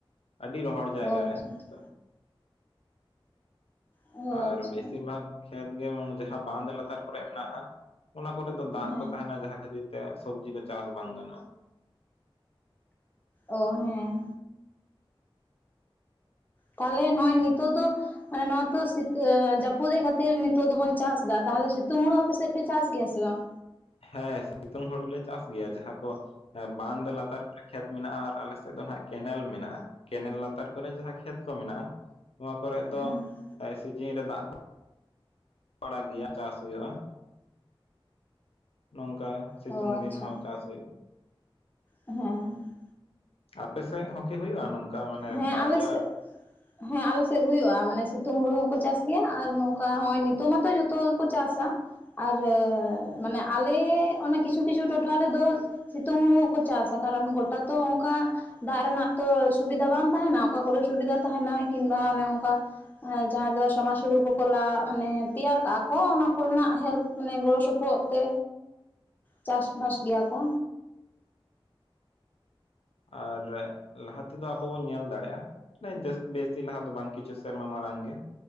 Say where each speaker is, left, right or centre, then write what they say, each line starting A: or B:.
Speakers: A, on the left; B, on the left.
A: ᱟᱹᱰᱤ ᱨᱚᱦᱚᱲ ᱡᱟᱭᱜᱟ
B: ᱚ ᱟᱪᱪᱷᱟ
A: ᱨᱮ
B: ᱟᱪᱪᱷᱟ
A: ᱛᱚ
B: ᱚ
A: ᱟᱨ
B: ᱟᱪᱪᱷᱟ
A: ᱵᱮᱥᱤᱨ ᱵᱷᱟᱜᱽ ᱠᱷᱮᱛ ᱜᱮ ᱡᱟᱦᱟᱸ ᱵᱟᱸᱫ ᱞᱟᱛᱟᱨ ᱠᱚᱨᱮ ᱢᱮᱱᱟᱜᱼᱟ, ᱚᱱᱟ ᱠᱚᱨᱮ ᱫᱚ ᱫᱟᱜ
B: ᱦᱮᱸ
A: ᱠᱚ ᱛᱟᱦᱮᱱᱟ ᱡᱟᱦᱟᱸ ᱠᱷᱟᱹᱛᱤᱨ ᱛᱮ ᱥᱚᱵᱡᱤ ᱠᱚ ᱪᱟᱥ ᱵᱟᱝ ᱜᱟᱱᱚᱜᱼᱟ ᱾
B: ᱚ ᱦᱮᱸ ᱛᱟᱦᱚᱞᱮ ᱱᱚᱜᱼᱚᱭ ᱱᱤᱛᱚᱜ ᱫᱚ ᱢᱟᱱᱮ ᱱᱚᱣᱟ ᱛᱚ ᱥᱤᱛᱟᱹ ᱡᱟᱹᱯᱩᱫᱮᱜ ᱠᱷᱟᱹᱛᱤᱨ ᱱᱤᱛᱚᱜ ᱫᱚᱵᱚᱱ ᱪᱟᱥ ᱮᱫᱟ ᱛᱟᱦᱚᱞᱮ ᱥᱤᱛᱩᱝ ᱦᱩᱲᱩ ᱟᱯᱮ ᱥᱮᱫ ᱯᱮ ᱪᱟᱥ ᱜᱮᱭᱟ ᱥᱮ ᱵᱟᱝ?
A: ᱦᱮᱸ ᱥᱤᱛᱩᱝ ᱦᱩᱲᱩ ᱞᱮ ᱪᱟᱥ ᱜᱮᱭᱟ ᱡᱟᱦᱟᱸ ᱠᱚ ᱵᱟᱸᱫ ᱞᱟᱛᱟᱨ ᱠᱚᱨᱮᱜ ᱠᱷᱮᱛ ᱢᱮᱱᱟᱜᱼᱟ ᱟᱨ ᱟᱞᱮ ᱥᱮᱫ ᱫᱚ ᱱᱟᱦᱟᱜ ᱠᱮᱱᱮᱞ ᱢᱮᱱᱟᱜᱼᱟ ᱾ ᱠᱮᱱᱮᱞ ᱞᱟᱛᱟᱨ ᱠᱚᱨᱮ ᱡᱟᱦᱟᱸ ᱠᱷᱮᱛ ᱠᱚ ᱢᱮᱱᱟᱜᱼᱟ, ᱱᱚᱣᱟ ᱠᱚᱨᱮ
B: ᱦᱮᱸ
A: ᱫᱚ ᱥᱤᱡᱤᱱ ᱨᱮ ᱫᱟᱜ ᱠᱚ ᱟᱲᱟᱜ ᱜᱮᱭᱟ ᱪᱟᱥ ᱦᱩᱭᱩᱜᱼᱟ ᱾ ᱱᱚᱝᱠᱟ ᱥᱤᱛᱩᱝ
B: ᱚ ᱟᱪᱪᱷᱟ
A: ᱫᱤᱱ ᱦᱚᱸ ᱪᱟᱥ ᱦᱩᱭᱩᱜ
B: ᱦᱮᱸ
A: ᱟᱯᱮ ᱥᱮᱜ ᱦᱚᱸᱠᱤ ᱦᱩᱭᱩᱜᱼᱟ ᱱᱚᱝᱠᱟ? ᱢᱟᱱᱮ
B: ᱦᱮᱸ
A: ᱵᱟᱨᱭᱟ
B: ᱟᱞᱮ ᱥᱮᱫ ᱦᱮᱸ ᱟᱞᱮ ᱥᱮᱫ ᱦᱳᱭᱳᱜᱼᱟ ᱢᱟᱱᱮ ᱥᱤᱛᱩᱝ ᱦᱳᱲᱳ ᱦᱚᱸᱠᱚ ᱪᱟᱥ ᱜᱮᱭᱟ ᱟᱨ ᱱᱚᱝᱠᱟ ᱱᱚᱜᱚᱭ ᱱᱤᱛᱚᱜ ᱢᱟ ᱛᱚ ᱡᱚᱛᱚ ᱜᱮᱠᱚ ᱪᱟᱥᱼᱟ ᱾ ᱟᱨ ᱢᱟᱱᱮ ᱟᱞᱮ ᱚᱱᱮ ᱠᱤᱪᱷᱩ ᱠᱤᱪᱷᱩ ᱴᱚᱴᱷᱟ ᱨᱮᱫᱚ ᱥᱤᱛᱩᱝ ᱦᱩᱲᱩ ᱦᱚᱸᱠᱚ ᱪᱟᱥᱼᱟ, ᱠᱟᱨᱚᱱ ᱜᱚᱴᱟ ᱛᱚ ᱚᱱᱠᱟ ᱫᱟᱜ ᱨᱮᱱᱟᱜ ᱛᱚ ᱥᱩᱵᱤᱫᱷᱟ ᱵᱟᱝ ᱛᱟᱦᱮᱱᱟ ᱚᱠᱟ ᱠᱚ ᱨᱮ ᱥᱩᱵᱤᱫᱷᱟ ᱛᱟᱦᱮᱱᱟ ᱠᱤᱢᱵᱟ ᱚᱱᱮ ᱚᱝᱠᱟ ᱦᱮᱸ, ᱡᱟᱸᱦᱟᱭ ᱫᱚ <unintelligible> ᱢᱟᱱᱮ ᱛᱮᱭᱟᱨ ᱠᱟᱜᱼᱟ ᱠᱚ ᱚᱱᱟ ᱠᱚ ᱨᱮᱱᱟᱜ ᱦᱮᱞᱯ ᱢᱟᱱᱮ ᱜᱚᱲᱚ ᱥᱚᱯᱚ ᱦᱚᱫ ᱛᱮ ᱪᱟᱥ ᱵᱟᱥ ᱜᱮᱭᱟ ᱠᱚ᱾
A: ᱟᱨ ᱞᱟᱦᱟ ᱛᱮᱫᱚ ᱟᱵᱚ ᱵᱚᱱ ᱧᱮᱞ ᱫᱟᱲᱮᱜᱼᱟ᱾ ᱵᱮᱥ, ᱵᱮᱥᱤ ᱞᱟᱦᱟ ᱫᱚ ᱵᱟᱝ ᱠᱤᱪᱷᱩ ᱥᱮᱨᱢᱟ ᱢᱟᱲᱟᱝ ᱜᱮ